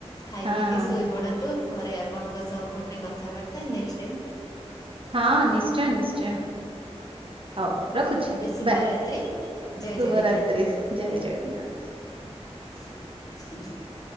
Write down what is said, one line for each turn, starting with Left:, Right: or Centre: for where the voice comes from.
Left: ଖାଇ
Right: ହଁ
Left: ପିଇକି
Right: ହଁ
Left: ଶୋଇ ପଡନ୍ତୁ। ପରେ ଆପଣଙ୍କ ସହ, ପୁଣି କଥାବାର୍ତ୍ତା ନେକ୍ସ୍ଟ
Right: ହଁ, ନିଶ୍ଚୟ-ନିଶ୍ଚୟ। ହଉ ରଖୁଛି।
Left: ଏବେ ଶୁଭରାତ୍ରି
Right: ବାଏ।
Left: ଜୟ
Right: ଶୁଭ
Left: ଜଗନ୍ନାଥ
Right: ରାତ୍ରି। ଜୟ ଜଗନ୍ନାଥ।
Left: <inaudible>